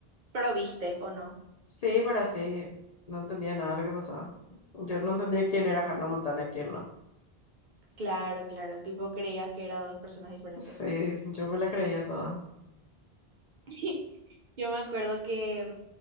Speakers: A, on the right; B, on the left.
A: pero viste o no.
B: Sí, pero sí, no entendía nada de lo que pasaba. Yo no entendía quién era Hannah Montana y quién no.
A: Claro, claro, tipo creías que eran dos personas diferentes.
B: Sí, yo me la creía toda.
A: <laughs> Yo me acuerdo que